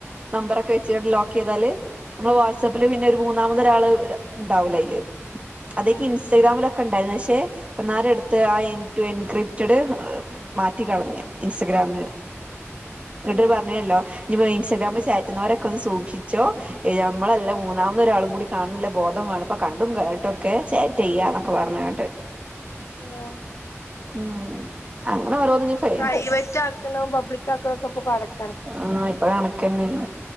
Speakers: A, on the right; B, on the left.
A: നമ്പറൊക്കെ വെച്ചാണ്ട് ലോക്കെയ്താല് നമ്മള്
B: ഉം
A: വാട്സപ്പില് പിന്നെ ഒരു മൂന്നാമതൊരാള് ഇണ്ടാവൂല ഐല് അതൊക്കെ
B: ഉം
A: ഇൻ സ്റ്റെഗ്രാമിലൊക്കെ ഇണ്ടായിരുന്നു പക്ഷെ ഇപ്പന്നാരെ എട്ത്ത് ആ എ എൻക്രിപ്റ്റഡ് മാറ്റിക്കളഞ്ഞ് ഇൻസ്റ്റഗ്രാമില് ഇന്ന്ട്ട്
B: ആഹ്
A: പർഞ്ഞല്ലോ ഇഞ്ഞിപ്പൊ ഇൻസ്റ്റാഗ്രാമില് ചാറ്റുന്നവരൊക്കെ ഒന്ന് സൂക്ഷിച്ചോ നമ്മളല്ല മൂന്നാമതൊരാളും കൂടി കാണുന്ന്ല്ല ബോധംവാണം അപ്പൊ കണ്ടും കേട്ടൊക്കെ ചാറ്റെയ്യാ എന്നൊക്കെ പർഞ്ഞാണ്ട്
B: ഹലോ
A: ഉം അങ്ങനെ ഓരോന്നിനും ഫേ
B: പ്രൈവറ്റാക്ക്ണോ പബ്ലിക്കാക്ക്ണോപ്പൊ കണ
A: ആഹ് ഇപ്പൊ കണക്കെന്നേണ്